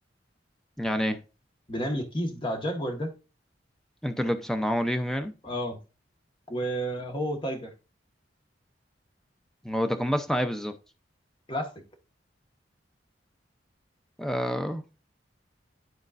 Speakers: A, in the centre; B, on the left.
A: يعني
B: بنعمل الكيس بتاع جاكوار ده
A: انتوا اللي بتصنعوه ليهم يعني
B: اه وهو تايجر
A: هو ده كان مصنع ايه بالظبط
B: بلاستيك
A: آه